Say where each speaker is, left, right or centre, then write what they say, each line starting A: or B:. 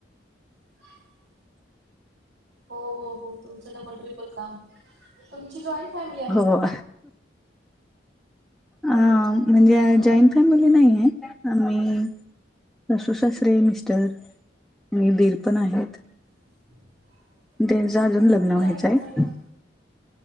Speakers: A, on the right; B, in the centre.
A: <inaudible> हो हो हो तुमचं डबल ट्रिपल काम तुमची जॉईंट फॅमिली आहे
B: हो
A: का?
B: अ म्हणजे
A: हम्म हम्म
B: जॉईन
A: हम्म
B: जॉईन फॅमिली नाहिये आम्ही सासू सासरे मिस्टर. आणि दीर पण आहेत.
A: <inaudible>
B: त्यांचं अजून लग्न
A: माझी
B: व्हायचं
A: जॉईनच
B: आहे
A: झाली ना